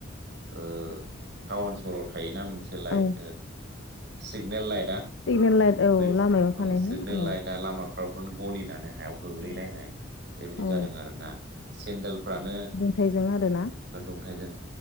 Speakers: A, on the right; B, on the left.
A: ओ टाउन सहराव थायोना मोनसे light
B: औ
A: signal light
B: signal light औ
A: बै
B: लामायाव थानाय
A: ओं सिगनेल
B: हो
A: लाइटा लामाफ्रावबो गलिनानै हायाव गोग्लैलायनाय
B: औ
A: बेबायदि
B: औ
A: जादों आरो ना सेन्देलफ्रानो
B: फिथाइजों आरो ना।
A: दा दुंथाजों